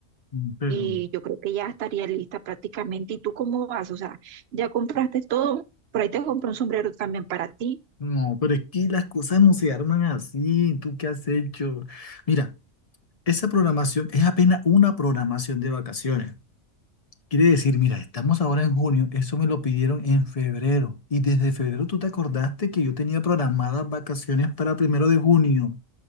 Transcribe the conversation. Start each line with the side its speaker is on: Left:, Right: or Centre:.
Left: Mm, Pero,
Right: Y yo creo que ya estaría lista prácticamente. ¿Y tú cómo vas? O sea, ya compraste todo. Por ahí te compré un sombrero también para ti.
Left: no, pero es que las cosas no se arman así. ¿Tú qué has hecho? Mira, esa programación es apenas una programación de vacaciones. Quiere decir, mira, estamos ahora en junio, eso me lo pidieron en febrero y desde febrero tú te acordaste que yo tenía programadas vacaciones para primero de junio